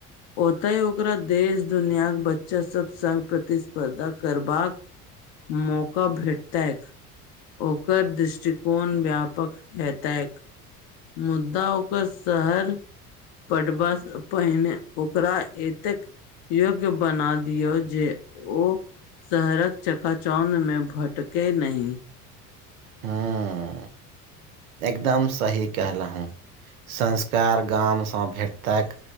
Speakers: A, on the left; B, on the right.
A: ओत ह ओकरा देश दुनियाके, बच्चा सब संग् प्रतिस्पर्धा करबाक मौका भेटतैक। ओकर दृष्टिकोण, व्यापक हेतैक। मुद्दा ओकर शहर पढ़बास पहिने ओकरा एतेक योग्य बना दियऔ जे, ओ शहरक चकाचौंध मे भटकै नहि।
B: ह्म्म। एकदम सही कहलहु, संस्कार गामसँ भेटतक